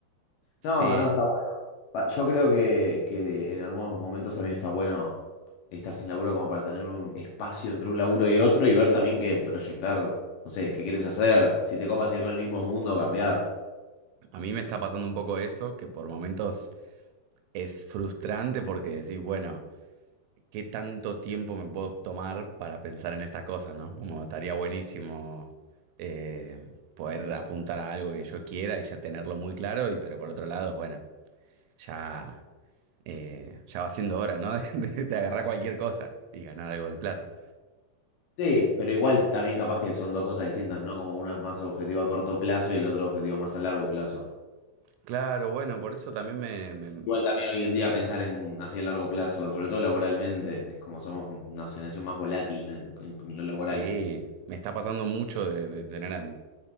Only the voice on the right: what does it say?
Sí,
a mí me está pasando un poco eso, que por momentos es frustrante porque decís, bueno. qué tanto tiempo me puedo tomar para pensar en estas cosas, ¿no? Como estaría buenísimo eh, poder apuntar a algo que yo quiera y ya tenerlo muy claro, y pero por otro lado, bueno, ya, eh, ya va siendo hora, ¿no? <laughs> De, de- de agarrar cualquier cosa y ganar algo de plata.
Claro, bueno, por eso también me, me-
sí, me está pasando mucho de, de tener a-